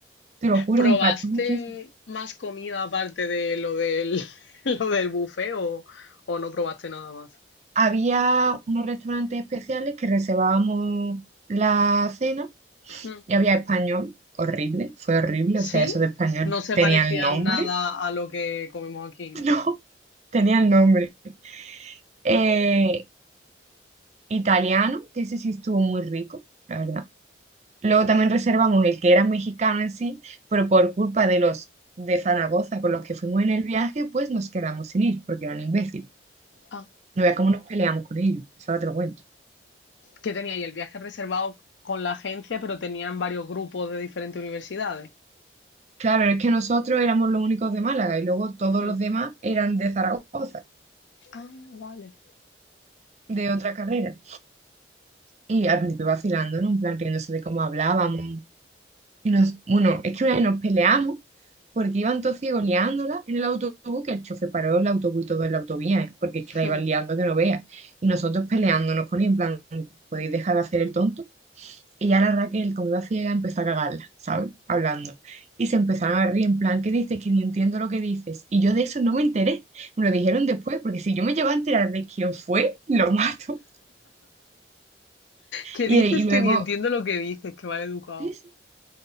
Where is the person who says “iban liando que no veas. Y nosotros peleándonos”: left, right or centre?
Right